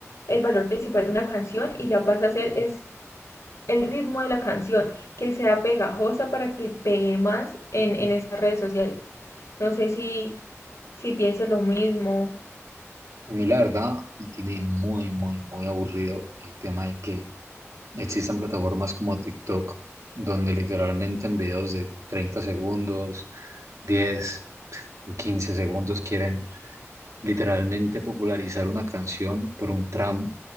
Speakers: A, on the left; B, on the right.
A: el valor principal de una canción y ya pasa a ser es el ritmo de la canción, que sea pegajosa para que pegue más en, en estas redes sociales. No sé si, si pienses lo mismo.
B: A mí la verdad me tiene muy, muy, muy aburrido el tema de que existan plataformas como TikTok, donde literalmente en videos de 30 segundos, 10 quince segundos quieren literalmente popularizar una canción por un tramo